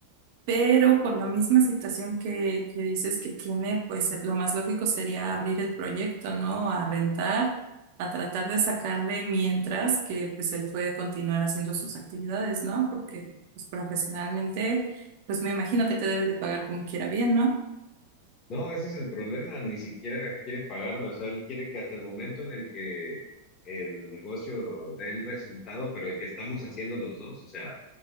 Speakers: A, on the right (about 50°); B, on the left (about 25°).
A: Pero por la misma situación que, que dices que tiene, pues eh, lo más lógico sería abrir el proyecto, ¿no? A rentar, a tratar de sacarle mientras que pues él puede continuar haciendo sus actividades, ¿no? Porque pues, profesionalmente, pues me imagino que te debe de pagar como quiera bien, ¿no?
B: No, ese es el problema, ni siquiera quiere pagarme, o sea, él quiere que hasta el momento en el que el negocio dé el resultado, pero el que estamos haciendo los dos, o sea,